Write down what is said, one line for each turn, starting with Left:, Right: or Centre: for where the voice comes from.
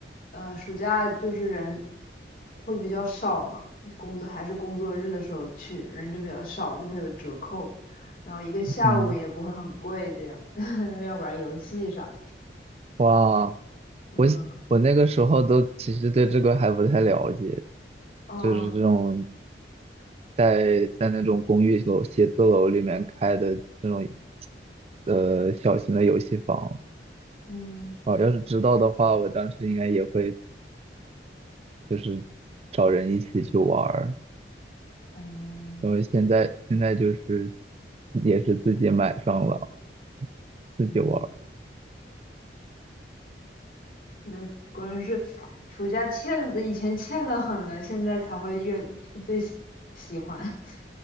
Left: 呃，暑假就是人会比较少嘛，工作还是工作日的时候去，人就比较少，就会有折扣，然后一个下午也不会很贵，
Right: 嗯，
Left: 这样 <laughs> 要玩游戏啥的，
Right: 哇，
Left: 嗯
Right: 我我那个时候都其实对这个还不太了解，
Left: 嗯
Right: 就是这种在在那种公寓楼、写字楼里面开的这种呃小型的游戏房。
Left: 嗯
Right: 哦，要是知道的话，我当时应该也会就是找人一起去玩儿。
Left: 嗯
Right: 然后现在现在就是也是自己买上了，自己玩儿。
Left: 嗯。那果然是暑假欠的，以前欠的很了，现在才会越最喜喜欢，<laughs>